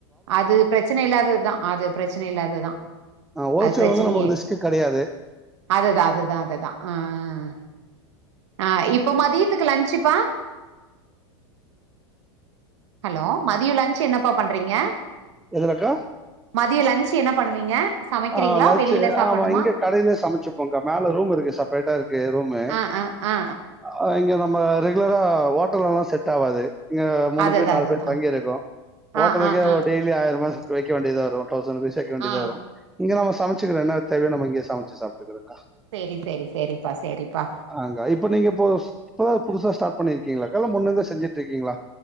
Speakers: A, on the right; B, in the centre.
A: அது பிரச்சன இல்லாதது தா அது பிரச்சன இல்லாதது தா
B: ஹோல்சேல்
A: அது பிரச்சனையே
B: வந்து நமக்கு ரிஸ்க் கிடையாது
A: அது தா அது தா அது தா ஆ ஆ ஆ இப்போ மதியத்துக்கு லன்ச்சுப்பா ஹலோ மதியோ லன்ச் என்னப்பா பண்றீங்க
B: எதுலக்கா
A: மதியம் லன்ச் என்ன பண்ணுவீங்க சமைக்கிறீங்களா
B: ஆஹ் லஞ்சு
A: வெளியில சாப்பட்ணுமா
B: ஆமா இங்க கடையிலயே சமைச்சுப்போங்கா மேல ரூம் இருக்கு செப்ரேட்டா இருக்கு ரூமு
A: ஆ ஆ ஆ
B: ஆ இங்க நம்ம ரெகுலரா ஓட்டல எல்லாம் செட் ஆவாது இங்க மூணு
A: அதுதா
B: பேர் நாலு
A: அதுதா
B: பேர் தங்கி இருக்கும்
A: ஆ
B: ஓட்டலகே
A: ஆ ஆ
B: ஒரு டெய்லி ஆயிரமா தொய்க வேண்டியது வரும் தௌசண்ட்ருபீஸ்வைக்க வேண்டியதான்
A: ஆ
B: வரும் இங்க நம்ம சமைச்சி என்னன தேவையோ நாம இங்கே சமைச்சு சாப்பிக்கறன் அக்கா
A: சேரி சேரி சேரிப்பா சேரிப்பா
B: ஆஹ் இப்ப நீங்க இப்ப புதுசா ஸ்டார்ட் பண்ணிருக்கீங்களா அக்கா இல்ல முன்னருந்து செஞ்சட்டு இருக்கீங்களா